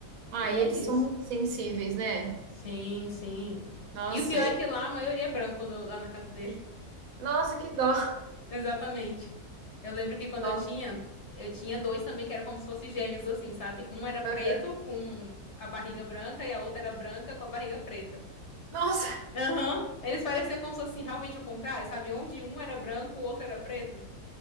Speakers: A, on the right; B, on the left.
A: Ah,
B: E
A: e
B: é
A: eles
B: isso.
A: são sensíveis, né?
B: Sim, sim.
A: Nossa,
B: E o pior
A: e-
B: é que lá a maioria é branco no- lá na casa dele. <laughs>
A: nossa, que dó.
B: Exatamente. Eu lembro que quando
A: Dó.
B: eu tinha, eu tinha dois também que era como se fossem gêmeos, assim, sabe? Um era preto
A: Aham.
B: com a barriga branca e a outra era branca com a barriga preta.
A: Nossa,
B: Aham. Eles pareciam como se fosse assim, realmente o contrário, sabe? Onde um era branco, o outro era preto.